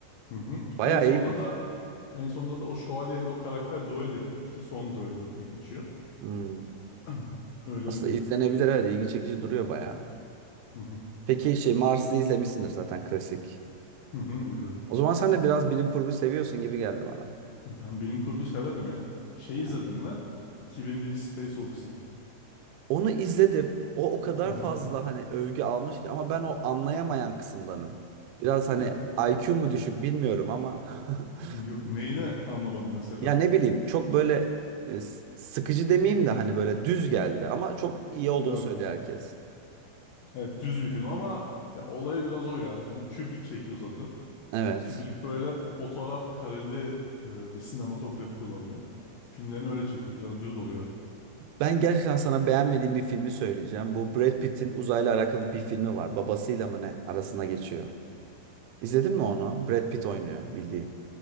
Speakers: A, on the left; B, on the right.
A: hı hı.
B: Bayağı
A: En sonda
B: iyiymiş.
A: da en sonda da o şövalyeyle o karakter düello yapıyor. İşte son düello diye geçiyor.
B: Hmm.
A: <clears throat> Öyle
B: Aslında
A: bir film.
B: izlenebilir evet. ilgi çekici duruyor bayağı.
A: Hı hı.
B: Peki şey Mars'ı izlemişsindir zaten klasik.
A: Hı hı, izledim.
B: O zaman sen de biraz bilim kurgu seviyorsun gibi geldi bana.
A: Ben bilim kurgu severim ya. Şey
B: Ha.
A: izledim mi? 2001 Space Odyssey.
B: Onu izledim. O o kadar
A: Hı hı.
B: fazla hani övgü almış ki ama ben o anlayamayan kısımdanım. Biraz hani
A: <laughs>
B: IQ mu düşük bilmiyorum ama <laughs>
A: Yok neyini anlamadım mesela?
B: Ya ne bileyim çok böyle e, s- sıkıcı demeyeyim de hani böyle düz geldi ama çok iyi olduğunu
A: Evet,
B: söylüyor herkes.
A: evet düz bir film ama ya olayı biraz o ya. Onu Kubrick çekiyor zaten.
B: Evet.
A: Kubrick böyle fotoğraf kareli e, bir sinematografi kullanıyor. Filmlerini öyle çekiyor. Biraz düz oluyor.
B: Ben gerçekten sana beğenmediğim bir filmi söyleyeceğim. Bu Brad Pitt'in uzayla alakalı bir filmi var. Babasıyla mı ne? Arasına geçiyor. İzledin mi onu? Brad Pitt oynuyor bildiğin.